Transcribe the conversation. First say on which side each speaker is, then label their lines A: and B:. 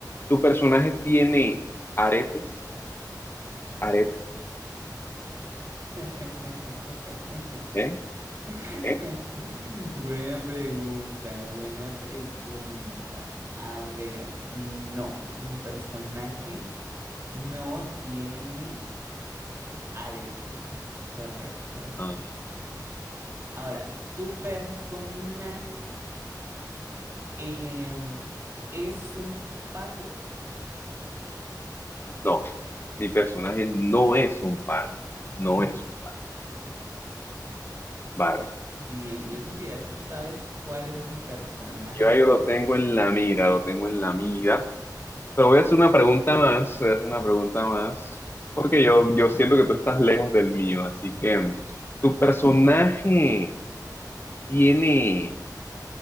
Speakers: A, on the left; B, on the right.
A: ¿Tu personaje tiene aretes? ¿Aretes?
B: <laughs>
A: ¿Eh?
B: <laughs>
A: ¿Eh?
B: Buena pregunta, buena pregunta. A ver, no, mi personaje no tiene arete, correcto.
A: Ah,
B: Ahora, ¿tu personaje em, es un pato?
A: no, mi personaje no es un pardo. No es un pardo. Vale.
B: Bien, yo creo que ya tú sabes cuál es mi personaje,
A: Yo ahí
B: pero
A: lo tengo
B: no sé.
A: en la mira, lo tengo en la mira. Te voy a hacer una pregunta más, te voy a hacer una pregunta más, porque yo, yo siento que tú estás lejos del mío, así que mm, ¿tu personaje tiene,